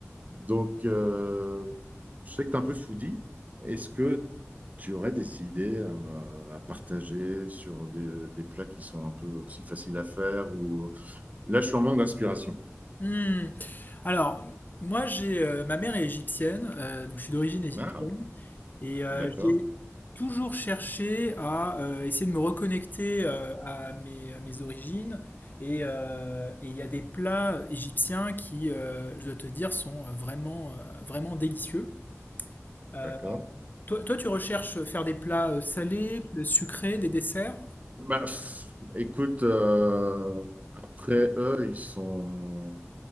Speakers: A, on the right (about 30°); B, on the left (about 40°).
A: Donc, euh, je sais que tu es un peu foodie. Est-ce que tu aurais des idées à, me- à partager sur des, des plats qui sont un peu aussi faciles à faire ou... Là, je suis en manque d'inspiration.
B: Hmm. Alors, moi, j'ai euh, ma mère est égyptienne, euh, donc je suis d'origine égyptienne,
A: Ah,
B: et euh,
A: d'accord,
B: j'ai toujours cherché à euh, essayer de me reconnecter euh, à mes, à mes origines. Et euh, et il y a des plats égyptiens qui, euh, je dois te dire, sont vraiment, euh, vraiment délicieux. Euh,
A: d'accord.
B: toi, toi, tu recherches faire des plats euh, salés, sucrés, des desserts?
A: Bah, pff, écoute, euh, après eux, ils sont,